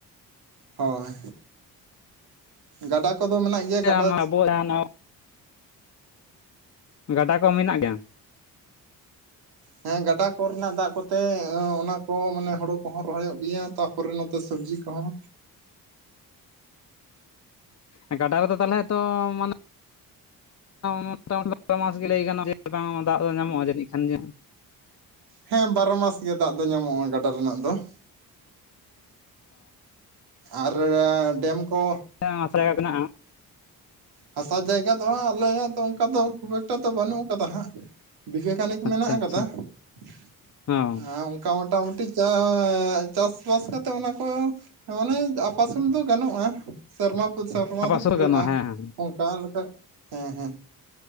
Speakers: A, on the right; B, on the left.
A: ᱦᱚᱭ ᱜᱟᱰᱟ ᱠᱚᱫᱚ ᱢᱮᱱᱟᱜ ᱜᱮᱭᱟ
B: ᱟᱵᱚᱣᱟᱜ
A: ᱜᱟᱰᱟᱼᱼ
B: ᱡᱟᱦᱟᱸ ᱜᱟᱰᱟ ᱠᱚ ᱢᱮᱱᱟᱜ ᱜᱮᱭᱟ ᱾
A: ᱦᱮᱸ ᱜᱟᱰᱟ ᱠᱚᱨᱮᱱᱟᱜ ᱫᱟᱜ ᱠᱚᱛᱮ ᱚᱱᱟ ᱠᱚ ᱢᱟᱱᱮ ᱦᱩᱲᱩ ᱠᱚᱦᱚᱸ ᱨᱚᱦᱚᱭᱚᱜ ᱜᱮᱭᱟ ᱛᱚ ᱾ ᱯᱚᱨᱮ ᱱᱚᱛᱮ ᱥᱚᱵᱽᱡᱤ ᱠᱚᱦᱚᱸᱼᱼ
B: ᱚ ᱜᱟᱰᱟ ᱨᱮᱫᱚ ᱛᱟᱦᱚᱞᱮ ᱛᱚ ᱢᱟᱱᱮᱼᱼ <inaudible> ᱵᱟᱨᱚ ᱢᱟᱥ ᱜᱮ ᱞᱟᱹᱭ ᱜᱟᱱᱚᱜᱼᱟ ᱡᱮ ᱵᱟᱝ ᱫᱟᱜ ᱫᱚ ᱧᱟᱢᱚᱜᱼᱟ ᱡᱟᱹᱱᱤᱡ ᱠᱷᱟᱱ ᱡᱟ
A: ᱦᱮᱸ ᱵᱟᱨᱚ ᱢᱟᱥ ᱜᱮ ᱫᱟᱜ ᱫᱚ ᱧᱟᱢᱚᱜᱼᱟ ᱜᱟᱰᱟ ᱨᱮᱱᱟᱜ ᱫᱚ ᱾ ᱟᱨ ᱰᱮᱢ ᱠᱚ,
B: ᱟᱞᱮ ᱦᱚᱸ ᱦᱟᱥᱟ ᱡᱟᱭᱜᱟ ᱢᱮᱱᱟᱜᱼᱟ ᱾
A: ᱦᱟᱥᱟ ᱡᱟᱭᱜᱟ ᱫᱚ ᱦᱟᱸᱜ ᱟᱞᱮᱭᱟᱜ ᱫᱚ ᱚᱱᱠᱟ ᱫᱚ ᱠᱷᱩᱵ ᱮᱠᱴᱟ ᱫᱚ ᱵᱟᱹᱱᱩᱜ ᱟᱠᱟᱫᱟ ᱦᱟᱸᱜ ᱾ ᱵᱤᱜᱷᱮ ᱜᱟᱱᱤᱠ
B: ᱟᱪᱪᱷᱟ
A: ᱢᱮᱱᱟᱜ ᱟᱠᱟᱫᱟ
B: ᱟᱪᱪᱷᱟ
A: ᱾
B: ᱚ
A: ᱚᱱᱠᱟ ᱢᱚᱴᱟᱢᱩᱴᱤ ᱪᱟ ᱪᱟᱥᱵᱟᱥ ᱠᱟᱛᱮᱜ ᱚᱱᱟ ᱠᱚᱼᱼ ᱚᱱᱮ ᱟᱯᱟᱥᱩᱞ ᱫᱚ ᱜᱟᱱᱚᱜᱼᱟ ᱥᱮᱨᱢᱟ ᱯᱩᱨ ᱥᱮᱨᱢᱟ
B: ᱟᱯᱟ
A: ᱫᱚ
B: ᱥᱩᱨ
A: ᱯᱩᱨᱟᱹᱜᱼᱟ
B: ᱜᱟᱱᱚᱜᱼᱟ ᱦᱮᱸ
A: ᱾ ᱚᱝᱠᱟ ᱞᱮᱠᱟ ᱦᱮᱸ ᱦᱮᱸ᱾